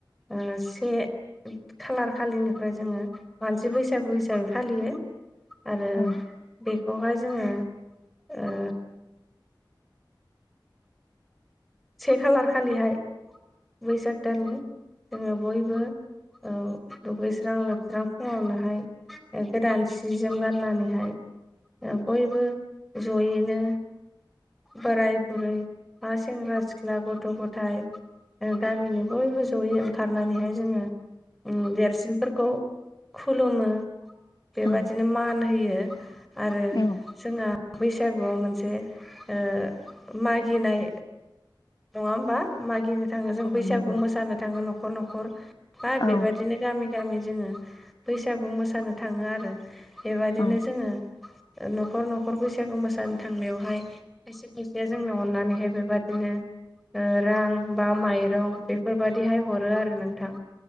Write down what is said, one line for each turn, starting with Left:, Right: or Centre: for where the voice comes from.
Centre: ओ से खालार खालिनिफ्राय जोङो मानसि बैसागु हिसाबै फालियो आरो
Left: औ
Centre: बेखौहाय जोङो ओ से खालार खालिहाय बैसाग दाननि जोङो बयबो
Left: <inaudible>
Centre: ओ दुगैस्रां लोबस्रां फुङावनोहाय ओ गोदान सि जोम गाननानैहाय ओ बयबो जयैनो बोराय बुरै बा सेंग्रा सिख्ला गथ' गथाय ओ गामिनि बयबो जयै ओंखारनानैहाय जोङो उम देरसिनफोरखौ खुलुमो बेबादिनो
Left: औ
Centre: मान होयो आरो
Left: औ
Centre: जोंहा बैसागुआव मोनसे ओ मागिनाय नङा होमबा मागिनो थाङो जों
Left: औ
Centre: बैसागु
Left: नंगौ
Centre: मोसानो थाङो न'खर न'खर मा
Left: औ
Centre: बेबायदिनो गामि गामि जोङो बैसागु मोसानो थाङो आरो बेबदिनो
Left: औ
Centre: जोङो ओ न'खर न'खर बैसागु मोसानो थांनायावहाय खायसे खायसेया जोंनो अननानैहाय बेबादिनो ओ रां बा माइरं बेफोरबायदिहाय हरो आरो नोंथां